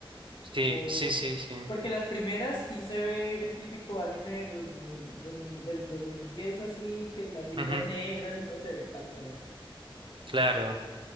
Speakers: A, on the right (about 60°); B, on the left (about 55°).
A: Sí,
B: Por,
A: sí, sí, sí.
B: porque las primeras sí se ve el típico anime de dos mil dos mil del 2010 así que las líneas
A: Ujú,
B: negras y todo se ve tal cual así.
A: claro.